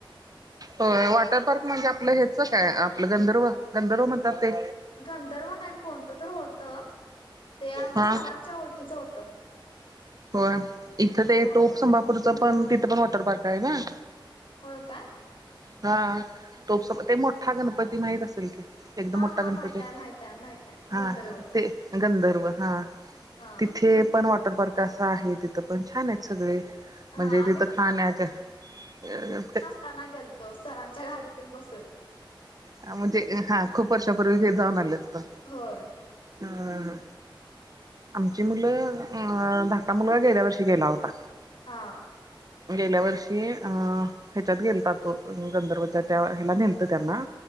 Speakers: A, on the right; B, on the left.
A: हो. वॉटर पार्क म्हणजे? आपलं हेचं काय? आपलं गंधर्व. गंधर्व म्हणतात ते.
B: गंधर्व नाही. कोणतं तर होतं. ते आमच्या
A: हा
B: सरांच्या ओळखीचं होतं.
A: होय. इथं ते,
B: होय
A: टोप संभापूरचं पण, तिथं पण वॉटर पार्कय ना?
B: होय, का?
A: हां. टोपचा, ते मोठा गणपती, माहित असेल की? एकदम
B: हा
A: मोठा
B: हा
A: गणपतीय.
B: माहित आहे माहित आहे माहित आहे
A: हां.
B: गंधर्व
A: ते. ते गंधर्व. हां.
B: हा
A: तिथे पण वॉटर पार्क असा आहे. तिथं पण, छानयत सगळे.
B: हा
A: म्हणजे
B: आम्ही
A: तिथं खाण्याच्या, अ ते
B: ताना गेलतो. सरांच्या गाडीतून बसून.
A: म्हणजे, हां. खूप वर्षापूर्वी गे जाऊन आले होतो.
B: होय.
A: हा. आमची मुलं, अ धाकटा मुलगा, गेल्या वर्षी गेला होता.
B: हा.
A: गेल्या वर्षी, अ ह्याच्यात गेलता तो. अ गंधर्वच्या त्या ह्याला न्हेल लतं त्यांना.